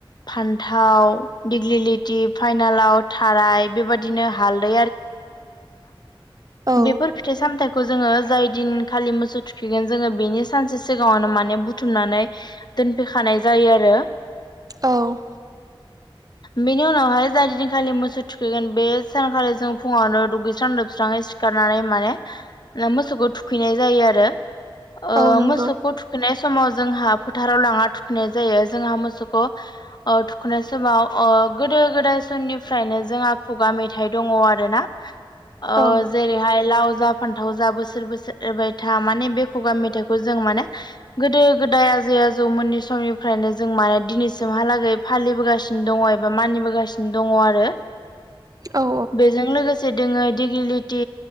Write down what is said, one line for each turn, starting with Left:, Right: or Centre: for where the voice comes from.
Left: फान्थाव दिग्लिलिथि फाइनालाव थाराय बेबायादि। दिनो हालै
Right: औ
Left: ज फथ खौ जोङो जाय दिन खालि मोसौ थुखैगोन जोङो बेनि सानसे सिगाङावनो माने बुथुमनानै दोनफैखानाय जायो आरो।
Right: औ
Left: बेनि उनावहाय जाय दिदिन खालि मोसौ थुखैगोन। बे सानखालि जों फुङावनो दुगैस्रां लोबस्राङै सिखारनानै माने मोसौखौ थुखैनाय जायो आरो ओ
Right: औ नंगौ
Left: मोसौखौ थुखैनाय स समाव जोंहा फोथाराव लाङा थुखैनाय जायो जोंहा मोसौखौ ओ थुखैनाय समाव ओ गोदो गोदाय समनिफ्रायनो जोङा खुगा मेथाइ दङ आरोना, ओ
Right: औ
Left: जेरैहाय लाव जा फानथाव जा बोसोर बोसोरबाय था माने बे खुगा मेथाइखौ जों माने गोदो गोदाय जै आजौमोननि समनिफ्रायनो जों माने दिनैसिमहालागै फालिबोगासिनो दङ एबा मानिबोगासिनो। दङ आरो
Right: औ
Left: बेजों लोगो दोङो दिगलिटि